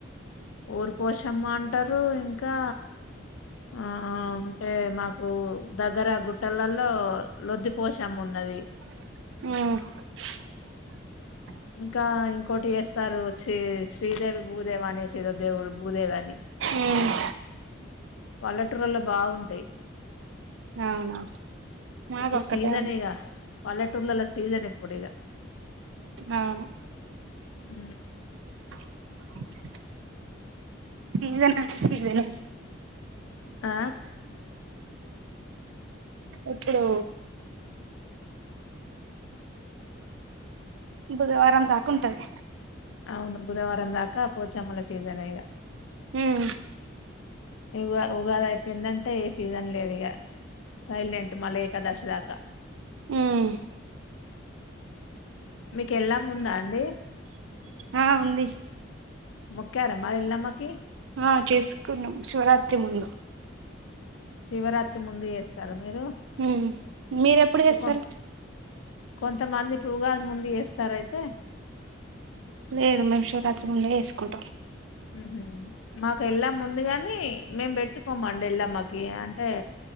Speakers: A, on the left; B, on the right.
A: ఊరి పోషమ్మ అంటారు ఇంకా ఆ అంటే మాకు దగ్గర గుట్టలలో లొద్ది పోషమ్మ ఉన్నది
B: మ్
A: ఇంకా ఇంకోటి చేస్తారు శీ శ్రీదేవి భూదేవా అనే సీదో దేవుడు భూదేవాని
B: ఉమ్
A: పల్లెటూరులో బాగుంటాయి
B: అవునా మాకు
A: ఇప్పుడు
B: ఒక్కటే
A: సీజన్
B: ఉంది
A: ఇగ పల్లెటూళ్లలో సీజన్ ఇప్పుడిగ
B: అవును
A: అ
B: ఓకే సీజన్ అంట సీజన్ అ
A: ఆ
B: ఎప్పుడు బుధవారం దాకా ఉంటది
A: అవును బుధవారం దాకా పోచ్చమ్మల సీజన్ అయగా
B: మ్మ్
A: ఇ ఉగాది అయిపోయిందంటే ఏ సీజన్ లేదు ఇక సైలెంట్ మల ఏకాదశి దాకా
B: ఉమ్
A: మీకు ఎల్లమ్మ ఉందా అండి
B: ఆ ఉంది
A: మొక్కర మరీ ఎల్లమ్మకి
B: ఆ చేసుకున్నాం శివరాత్రి ముందు
A: శివరాత్రి ముందు చేస్తార మీరు
B: ఉమ్ మీరెప్పుడు చేస్తారు
A: తే కో కొంతమంది ఉగాది ముందు చేస్తారా అయితే
B: లేదు మేము శివరాత్రి ముందే చేసుకుంటాం
A: హు మాకు ఎల్లమ్మ ఉందిగానీ కానీ మేం పెట్టుకోమండి ఎల్లమ్మకి అన్ ఏ